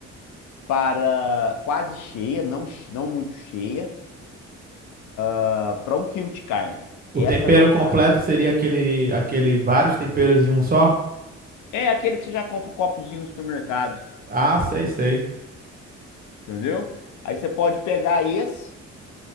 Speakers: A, on the left; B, on the right.
A: para quase cheia, não, che- não muito cheia, ah, para um quilo de carne.
B: O
A: Essa
B: tempero
A: não falha.
B: completo seria aquele, aquele vários temperos em um só?
A: É aquele que você já compra o copozinho no supermercado.
B: Ah, sei, sei.
A: Entendeu? Aí você pode pegar esse.